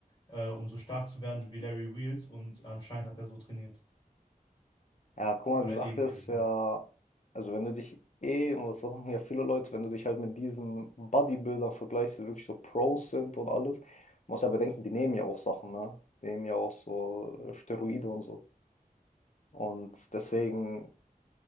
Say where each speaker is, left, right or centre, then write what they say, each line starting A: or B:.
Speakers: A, on the left; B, on the left.
A: äh, um so stark zu werden wie Larry Wheels und anscheinend hat er so trainiert.
B: Ja, guck mal,
A: Oder
B: die Sache
A: irgendwie
B: ist
A: so.
B: ja, also wenn du dich eh, und das machen ja viele Leute, wenn du dich halt mit diesen Bodybuildern vergleichst, die wirklich so Pros sind und alles, musst ja bedenken, die nehmen ja auch Sachen, ne? Die nehmen ja auch so äh, Steroide und so. Und deswegen,